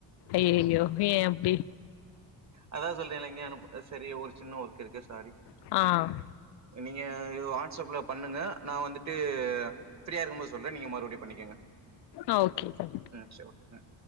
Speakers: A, on the left; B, on the right.
A: ஐய்யய்யோ ஏ அப்டி
B: அதா சொல்றேலங்க அனு சரி ஒரு சின்ன ஒர்க் இருக்கு சாரி
A: ஆ
B: நீங்க இவ் வாட்ஸ்அப்ல பண்ணுங்க நா வந்துட் டு ஃப்ரீயா இருக்கும்போது சொல்ற நீங்க மறுபடியு பண்ணிக்கங்க
A: ஆ ஓகே தேங்க் யூ
B: ம் சரி ஓகே ம்